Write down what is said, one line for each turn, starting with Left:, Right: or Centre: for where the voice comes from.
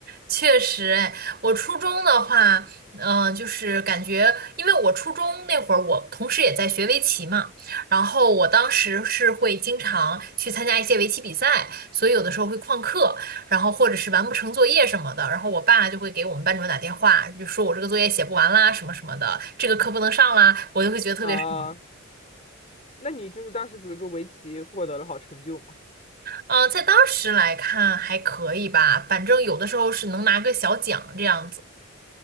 Right: 确实，哎，我初中的话，嗯、就是感觉，因为我初中那会儿，我同时也在学围棋嘛，然后我当时是会经常去参加一些围棋比赛，所以有的时候会旷课，然后或者是完不成作业什么的，然后我爸就会给我们班主任打电话，就说我这个作业写不完啦，什么什么的，这个课不能上啦，我就会觉得特别爽。
Left: <laughs> 啊。那你就是当时比如说围棋获得了好成就吗？
Right: 呃，在当时来看还可以吧，反正有的时候是能拿个小奖这样子。